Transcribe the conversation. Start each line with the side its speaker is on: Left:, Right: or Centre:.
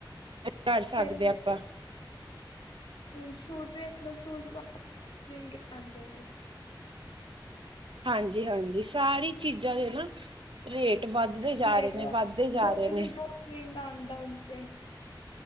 Right: ਕਰ ਸਕਦੇ
Left: ਪਹਿਲੇ
Right: ਆਪਾਂ।
Left: ਤੇ ਹੁਣ ਸੂਟ ਵੇਖ ਲਓ ਸੂਟ ਮਹਿੰਗੇ ਆਂਦੇ ਨੇ
Right: ਹਾਂਜੀ-ਹਾਂਜੀ, ਸਾਰੀ ਚੀਜ਼ਾਂ ਦੇ ਨਾ ਰੇਟ ਵੱਧਦੇ ਜਾ
Left: ਰੇਟ
Right: ਰਹੇ ਨੇ
Left: ਵਾ
Right: ਵੱਧਦੇ ਜਾ
Left: ਦੁੱਧ
Right: ਰਹੇ ਨੇ।
Left: ਵੀ ਬਹੁਤ ਮਹਿੰਗਾ ਆਉਂਦਾ ਹਣ ਤੇ।